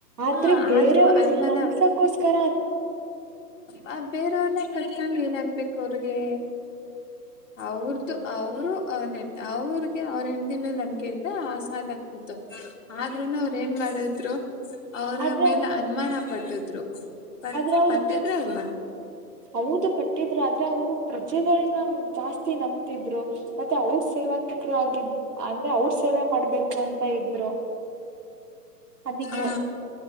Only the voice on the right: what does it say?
ಆದ್ರೆ
ಬೇರೆಯವ್ರ
ನಮಸಕೋಸ್ಕರ
ಆದ್ರೆ
ಅವರು
ಆದ್ರೆ ಅವ್ರು
ಹೌದು ಪಟ್ಟಿದ್ರು ಆದ್ರೆ ಅವ್ರು ಪ್ರಜೆಗಳನ್ನ ಜಾಸ್ತಿ ನಂಬತಿದ್ರು ಮತ್ತೆ ಅವ್ರ ಸೇವಕರಾಗಿದ ಅಂದ್ರೆ ಅವ್ರ ಸೇವೆ ಮಾಡ್ಬೇಕು ಅಂತ ಇದ್ರು ಅದಕ್ಕೆ